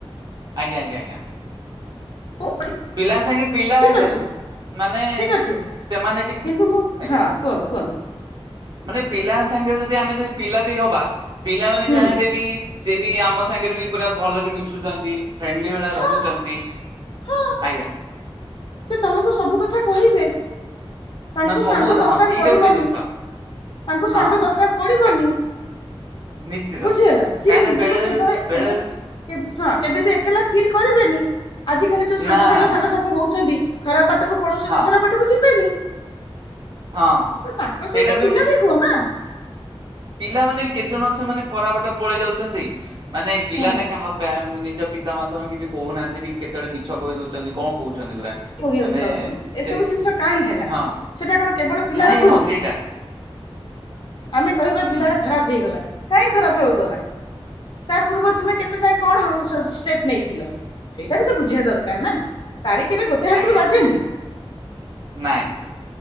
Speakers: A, on the right (about 45°); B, on the left (about 55°).
A: ଆଜ୍ଞା ଆଜ୍ଞା ଆଜ୍ଞା।
B: ଡ
A: ପିଲା ସାଙ୍ଗେ ପିଲା
B: ଠିକ୍
A: ହେଲେ
B: ଅଛି
A: ମାନେ
B: ଠିକ ଅଛି
A: ସେମାନେ ଟିକେ
B: କିନ୍ତୁ ମୁଁ
A: ଆଜ୍ଞା
B: ହଁ କୁହନ୍ତୁ କୁହନ୍ତୁ।
A: ମାନେ ପିଲାଙ୍କ ସାଙ୍ଗରେ ଯଦି ଆମେ ଯଦି ପିଲା ବି ହବା ପିଲାମାନୋନେ
B: ହୁଁ
A: ଚାହିଁବେ ବି ସେି ବି ଆମ ସାଙ୍ଗରେ ବି ପୁରା ଭଲରେ ମିଶୁଛନ୍ତି ଫ୍ରେଣ୍ଡଲି ଭଳିଆ
B: ହଁ
A: ରହୁଛନ୍ତି।
B: ହଁ
A: ଆଞା।
B: ସେ ତମକୁ ସବୁ କଥା କହିବେ। ତାଙ୍କୁ
A: ନା ସବୁ
B: ସାଙ୍ଗ
A: କଥା
B: ଦରକାର
A: ହଁ ସେଇଟା
B: ପଡିବନି
A: ଗୋଟେ ଜିନିଷ
B: ତାଙ୍କୁ
A: ହଁ
B: ସାଙ୍ଗ ଦରକାର ପଡିବନି।
A: କା- ନିଶ୍ଚିତ
B: ବୁଝି ହେଲା ସିଏ
A: କାହିଁକି ନା
B: ନିଜକୁ
A: ବେଳେ
B: କେବେ
A: ବେଳେ
B: କେବେ ହଁ କେବେ ବି ଏକଲା ଫିଲ୍ କରିବେନି ଆଜିକାଲି ଯୋଉ
A: ନା
B: ସାଙ୍ଗ ସାଙ୍ଗ
A: ନା ନା
B: ସାଙ୍ଗ
A: ନା
B: ସାଙ୍ଗ ହଉଛନ୍ତି ଖରାପ ବାଟକୁ ପଳଉଛନ୍ତି
A: ହଁ
B: ଖରାପ ବାଟକୁ ଯିବେନି।
A: ହଁ।
B: ତ ତାଙ୍କ
A: ସେଇଟା
B: ସହିତ ପିଲା ବି ହୁଅ ନା।
A: ପିଲାମାନୋନେ କେତେଜଣ ଅଛ ମାନେ ଖରାପଟ ପଳେଇ ଯାଉଛନ୍ତି ମାନେ ପିଲାମାନେ
B: ହୁଁ
A: କାହା ନିଜ ପିତା ମାମେ କିଛି କହୁନାହାନ୍ତି ବି କେତେବେଳେ ମିଛ କହି ଦଉଛନ୍ତି କଣ କହୁଛନ୍ତି ପୁରା।
B: କହିବାକୁ
A: ମାନେ
B: ଯାଉଛନ୍ତି ଏସବୁ
A: ସେଇ
B: ଜିନିଷ କାହିଁ ହେଲା
A: ହଁ
B: ସେଟା କଣ କେବଳ ପିଲାର
A: କାହିଁକି
B: ଭୁଲ
A: ହଁ ସେଇଟା
B: ଆମେ କହିବା
A: ହୁଁ
B: ପିଲାଟା ଖରାପ। ହେଇଗଲା କାହିଁ ଖରାପ ହବାକୁ ଗଲା। ତା ପୂର୍ବରୁ ତୁମେ କେତେ ଯାଇଏ କଣ ଷ୍ଟେପ ନେଇଥିଲ। ସେଇଟା ବି ତ ବୁଝିବା ଦରକାର ନା ତାଳି କେବେ ଗୋଟେ ହାତରୁ
A: ଆଜ୍ଞା
B: ବାଜେନି
A: ନାଇଁ